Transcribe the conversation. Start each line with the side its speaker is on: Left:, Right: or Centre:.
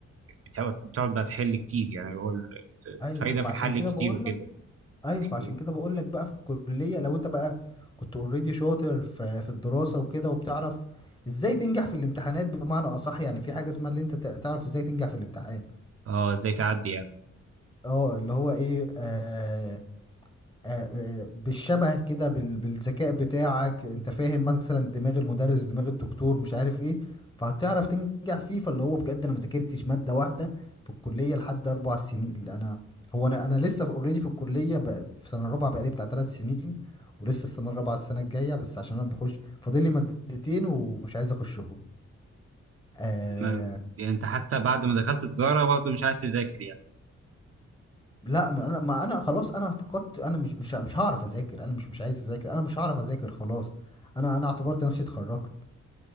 Right: بتقعد بتقعد بقى تحل كتير يعني هو ال-
Left: ايوه
Right: الفايده
Left: فعشان
Right: في الحل
Left: كده
Right: كتير
Left: بقول
Right: وكده
Left: لك ايوه
Right: اوكي
Left: فعشان كده بقول لك بقى في الكليه لو انت بقى كنت اوريدي شاطر في في الدراسه وكده وبتعرف ازاي تنجح في الامتحانات بمعنى اصح يعني في حاجه اسمها اللي انت تع- تعرف ازاي تنجح في الامتحان
Right: اه ازاي تعدي يعني
Left: اه اللي هو ايه آه آه، آه، بالشبه كده بال- بالذكاء بتاعك انت فاهم مثلا دماغ المدرس دماغ الدكتور مش عارف ايه فهتعرف تنجح فيه فاللي هو بجد انا مذاكرتش مادة واحدة في الكلية لحد اربع سنين اللي انا هو انا انا لسه اوريدي في already في الكلية بقى في سنة الرابعة بقالي بتاع ثلاث سنين ولسه السنة الرابعة السنة الجاية بس عشان انا بخش فاضل لي مادتين ومش عايز اخشهم آه
Right: تمام يعني انت حتى بعد ما دخلت تجاره برضه مش عايز تذاكر يعني
Left: لا ما انا ما انا خلاص انا فقدت انا مش مش مش هعرف اذاكر انا مش مش عايز اذاكر انا مش هعرف اذاكر خلاص انا انا اعتبرت نفسي اتخرجت